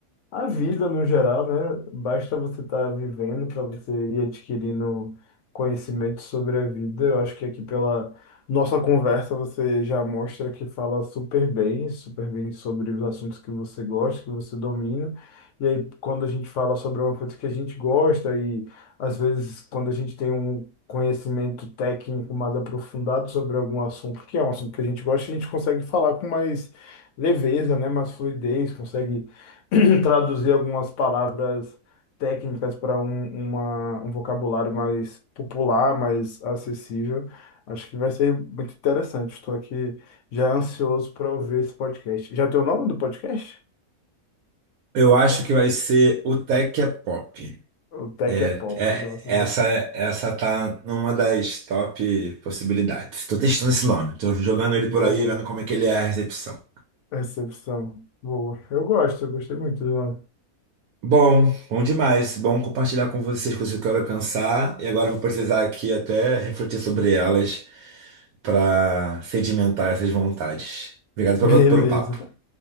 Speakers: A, on the left; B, on the right.
A: A vida no geral, né? Basta você estar vivendo para você ir adquirindo conhecimento sobre a vida. Eu acho que aqui pela nossa conversa você já mostra que fala super bem, super bem sobre os assuntos que você gosta, que você domina. E aí, quando a gente fala sobre uma coisa que a gente gosta, e às vezes quando a gente tem um conhecimento técnico mais aprofundado sobre algum assunto, que é um assunto que a gente gosta, a gente consegue falar com mais leveza, né? Mais fluidez, consegue <clears throat> traduzir algumas palavras técnicas para um, uma- um vocabulário mais popular, mais acessível. Acho que vai ser muito interessante. Estou aqui já ansioso para ouvir esse podcast. Já tem o nome do podcast?
B: Eu acho que vai ser o Tech é Pop.
A: O Tech
B: É,
A: é Pop.
B: é,
A: Nossa, boa,
B: essa, essa tá numa das top possibilidades. Tô testando esse nome, tô jogando ele por
A: boa
B: aí, vendo como é que ele é a recepção.
A: recepção. Boa. Eu gosto, eu gostei muito do nome.
B: Bom, bom demais. Bom compartilhar com vocês coisas que eu quero alcançar. E agora eu vou precisar aqui até refletir sobre elas para sedimentar essas vontades. Obrigado pelo,
A: Beleza,
B: pelo papo.